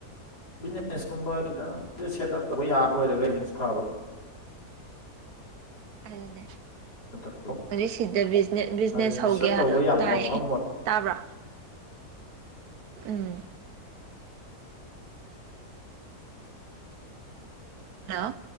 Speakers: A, on the left; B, on the right.
A: ꯕꯤꯖꯤꯅꯦꯁ ꯀꯨꯝꯕ ꯈꯤꯇꯪ ꯁꯦꯠ ꯑꯞ ꯇꯧꯕ ꯌꯥꯕ ꯑꯣꯏꯔꯒ ꯑꯃꯨꯛꯁꯨ ꯐꯕ
B: ꯑꯗꯨꯅꯦ
A: ꯅꯠꯇ꯭ꯔꯣ
B: ꯀꯔꯤ ꯁꯤꯗ ꯕꯤꯖꯤꯅꯦꯁ
A: ꯑꯗꯨꯅꯤ
B: ꯍꯧꯒꯤꯌꯥ
A: ꯁꯦꯞ ꯇꯧꯕ ꯌꯥꯕ
B: ꯇꯥꯏ
A: ꯃꯐꯝ
B: ꯇꯥꯕ꯭ꯔꯥ ꯎꯝ ꯍꯜꯂꯣ